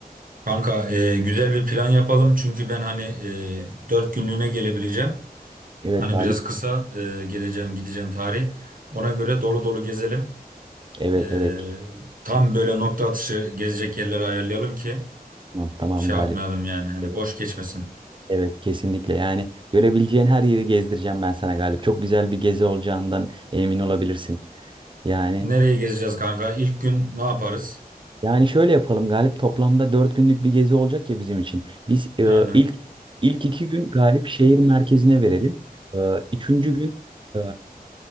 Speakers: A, on the right; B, on the right.
A: Kanka e, güzel bir plan yapalım çünkü ben hani e, 4 günlüğüne gelebileceğim.
B: Evet
A: Hani
B: Galip.
A: biraz kısa e, geleceğim gideceğim tarih. Ona göre dolu dolu gezelim.
B: Evet
A: E,
B: evet
A: tam böyle nokta atışı gezecek yerleri ayarlayalım ki
B: tamam, tamam
A: şey
B: Galip.
A: yapmayalım yani hani
B: Evet
A: boş geçmesin.
B: evet kesinlikle yani görebileceğin her yeri gezdireceğim ben sana Galip. Çok güzel bir gezi olacağından emin olabilirsin yani.
A: Nereye gezeceğiz kanka? İlk gün ne yaparız?
B: Yani şöyle yapalım Galip toplamda 4 günlük bir gezi olacak ya bizim için. Biz e,
A: Aynen.
B: ilk ilk iki gün Galip şehir merkezine verelim. E, üçüncü gün e,